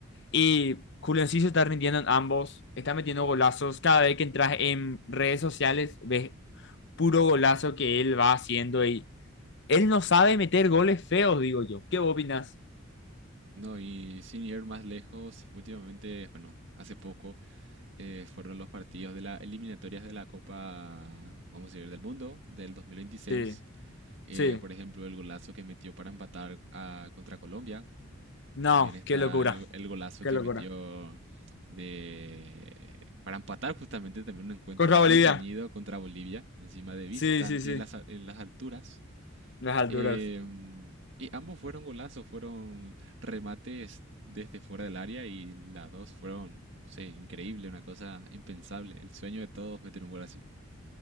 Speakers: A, on the left; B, on the right.
A: Y Julio Enciso está rindiendo en ambos, está metiendo golazos, cada vez que entras en redes sociales ves puro golazo que él va haciendo y él no sabe meter goles feos, digo yo. ¿Qué opinas?
B: No, y sin ir más lejos, últimamente, bueno, hace poco eh, fueron los partidos de las eliminatorias de la Copa, vamos a decir, del mundo del 2026.
A: Sí,
B: Eh,
A: sí.
B: por ejemplo, el golazo que metió para empatar a- contra Colombia.
A: No,
B: También está
A: qué locura,
B: el, el golazo
A: qué
B: que
A: locura.
B: metió de, para empatar justamente también un encuentro
A: Contra
B: muy
A: Bolivia.
B: reñido contra Bolivia, encima de visitante
A: Sí, sí, sí.
B: y en las, a- en las alturas.
A: Las alturas.
B: Em, y ambos fueron golazos, fueron remates desde fuera del área y las dos fueron, no sé, increíble, una cosa impensable. El sueño de todos meter un gol así.